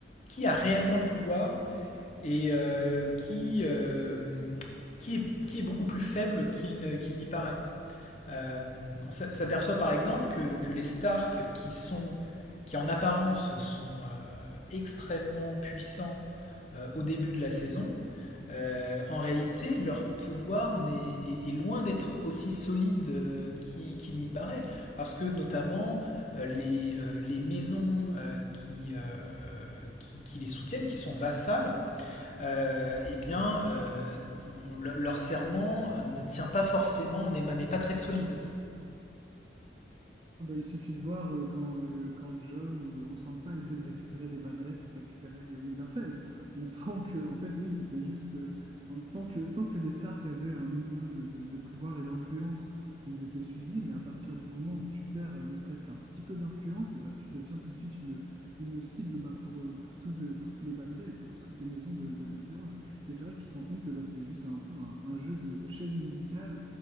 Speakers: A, on the left; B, on the right.
A: qui a réellement le pouvoir et euh, qui, euh, qui, est, qui est beaucoup plus faible qu'il ne- qu'il n'y paraît. Euh, on s'a- s'aperçoit par exemple que, que les Stark, qui, sont, qui en apparence sont euh, extrêmement puissants euh, au début de la saison, euh, en réalité, leur pouvoir est, est, est loin d'être aussi solide euh, qu'il qu'il n'y paraît, parce que notamment euh, les, euh, les maisons euh, qui, euh, qui, qui les soutiennent, qui sont vassales, euh, eh bien, euh, on- le- leur serment ne tient pas forcément, n'est n'est pas très solide.
B: Ah bah, il suffit de voir euh, quand, euh, quand John ou, euh, ou Sansa essaient de récupérer des bannerets pour récupérer euh, Winterfell. On sent que, en fait, oui, c'était juste. euh, en- tant que, tant que les Stark avaient un minimum de, de pouvoir et d'influence, ils étaient suivis, mais à partir du moment où tu perds euh, ne serait-ce qu'un petit peu d'influence, eh bah, tu deviens tout de suite une, une cible bah, pour, euh, pour, tout le- pour tous les bannerets et pour toutes les maisons de, de Westeros. Et c'est vrai que tu te rends compte que bah, c'est juste un peu un, un jeu de, de chaises musicales